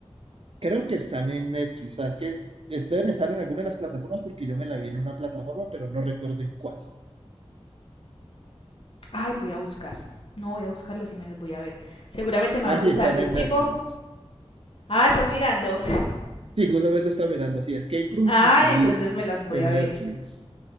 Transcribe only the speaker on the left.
Ay, voy a buscar. No voy a buscarlas y me las voy a ver. Seguramente me
va a gustar.
Si
es
tipo. Ah, estás mirando.
Ay,
entonces me las voy
a
ver.